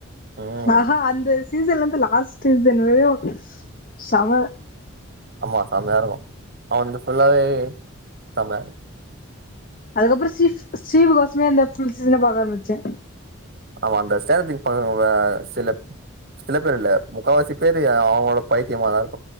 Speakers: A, on the right; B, on the left.
A: ம்
B: ஆ ஹா அந்த சீசன்லந்து லாஸ்ட் சீசன் வரயு சம்ம
A: ஆமா செமையாருக்கு அவன் வந்து ஃபுல்லாவே செம
B: அதுக்கப்ற சீ சீ கோசமே அந்த ஃபுல் சீசன பாக்க ஆரம்பிச்சு
A: ஆமா அந்த <unintelligible> அவங்க சில சில பேர் இல்ல முக்கவாசி பேரு அவங்களோட பைத்தியமாதா இரு